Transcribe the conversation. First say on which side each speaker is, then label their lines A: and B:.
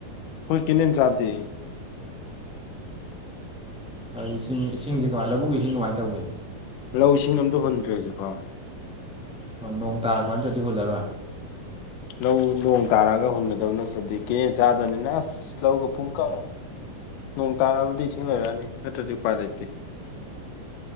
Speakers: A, on the left (about 70°); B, in the centre.
A: ꯍꯣꯏ ꯀꯦꯅꯦꯟ ꯆꯥꯗꯦ
B: ꯑꯗꯨ ꯏꯁꯤꯡ ꯏꯁꯤꯡꯁꯦ ꯀꯃꯥꯏ ꯂꯧꯕꯨꯛꯒꯤ ꯏꯁꯤꯡ ꯀꯃꯥꯏ ꯇꯧꯒꯦ
A: ꯂꯧ ꯏꯁꯤꯡ ꯑꯝꯇ ꯍꯨꯟꯗ꯭ꯔꯦ ꯍꯧꯖꯤꯛꯐꯥꯎ
B: ꯑꯣ ꯅꯣꯡ ꯇꯥꯔꯛꯄ ꯅꯠꯇꯗꯤ ꯍꯨꯜꯂꯔꯣꯏ
A: ꯂꯧ ꯅꯣꯡ ꯇꯥꯔꯛꯑꯒ ꯍꯨꯟꯒꯗꯕ ꯅꯠꯇꯔꯗꯤ ꯀꯦꯅꯦꯟ ꯆꯥꯗꯝꯅꯤꯅ ꯑꯁ ꯂꯧꯒ ꯄꯨꯡꯀꯪ ꯅꯣꯡ ꯇꯥꯔꯕꯨꯗꯤ ꯏꯁꯤꯡ ꯂꯩꯔꯛꯑꯅꯤ ꯅꯠꯇ꯭ꯔꯗꯤ ꯎꯄꯥꯏ ꯂꯩꯇꯦ